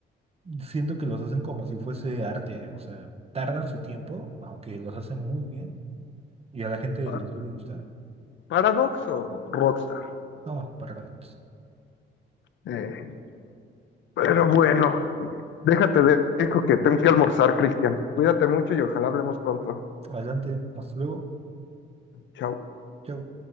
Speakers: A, on the right; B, on the left.
A: siento que los hacen como si fuese arte. O sea, tardan su tiempo, aunque los hacen muy bien. Y a la gente
B: Pa-
A: les suele gustar.
B: ¿Paradox o Rockstar?
A: No, para nada.
B: Eh, pero bueno, déjate, dejo que tengo que almorzar, Cristian. Cuídate mucho y ojalá hablemos pronto.
A: Adelante, hasta luego.
B: Chao.
A: Chau.